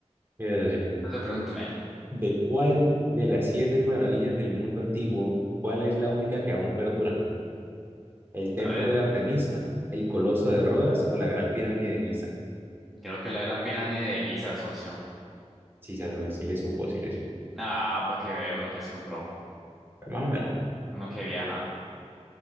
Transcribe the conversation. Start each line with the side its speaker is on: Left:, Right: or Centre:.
Right: Mira, socio,
Centre: Entonces, pregúntame.
Right: ¿de cuál de las siete maravillas del mundo antiguo, cuál es la única que aún perdura? ¿El templo
Centre: A ver,
Right: de Artemisa, el coloso de Rodas o la gran pirámide de Giza?
Centre: creo que la gran pirámide de Giza, socio.
Right: Sí, se- sí le supo, sí le supo.
Centre: Ah, para que vea uno que es un pro,
Right: Más o menos,
Centre: uno que viaja.